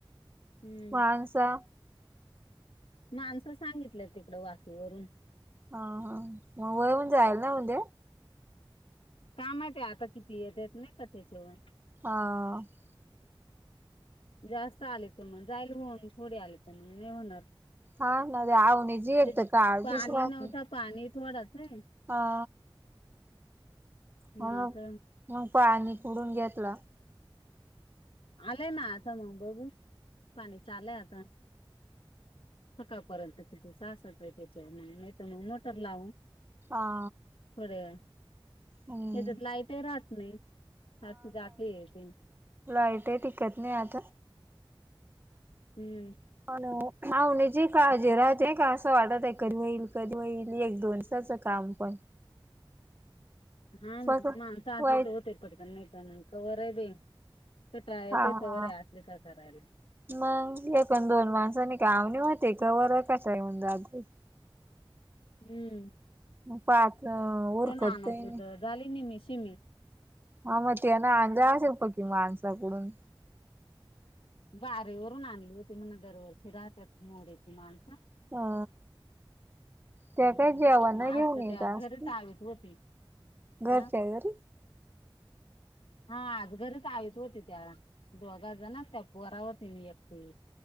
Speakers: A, on the left; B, on the right.
A: हम्म
B: माणसा
A: माणसं सांगितले तिकडे वाकी वरून
B: हा हा मग वळवून जाईल ना उद्या
A: का माहिती आता किती येत्यात नाय का त्याच्यावर
B: हा
A: जास्त आले तर मग जाईल होऊन थोडे आले तर मग नाही होणार
B: हा ना <unintelligible> जी
A: तिथे
B: एक तर काळजीच
A: पाणी
B: राहती
A: नव्हतं पाणी थोडसं हे
B: हा
A: हम्म,
B: मग
A: आता
B: मग पाणी कुडून घेतला
A: आले ना आत्ता मग बघू पाणी चालय आता सकाळपर्यंत त्याची <unintelligible> नाहीतर मग मोटर लावू
B: हा
A: थोड्या वेळा
B: हम्म
A: त्याच्यात लाईटही राहत नाही सारखी जाते येते
B: लाईटही टिकत नई आता
A: हम
B: अन अवनीचीही काळजी राहती नाही का असं वाटत आहे कधी होईल कधी होईल एक दोनसाच काम पण
A: हा हा
B: बघ
A: म्हणता आपले
B: वाईट
A: <unintelligible> पटकन नाही तर मग कवरइ देईल कटाळा येतोय
B: हा
A: तवर
B: हा
A: हे <unintelligible> करायला
B: मग एक अन् दोन माणसांनी काय अवनी होते कवर <unintelligible> येऊन जातो
A: हम्म
B: पाहा आपलं ऊरकतई
A: त्या नानाची
B: नाही
A: तर झाली निमी शिम्मी
B: हा मग ते ना अंजा असेल पण ती माणसाकडून
A: बारीवरून आणली होती म्हण दरवर्षी राहत्यात मोडीची माणसं
B: हा त्या
A: हम्म
B: काय जेवाण घेऊन
A: आज तर
B: येत
A: त्या घरीच
B: असते
A: आवीत होती
B: घरच्या
A: हा
B: घरी
A: हा आज घरच आयत होती त्या- दोघाजणांच्या पोरा होती मी एकटी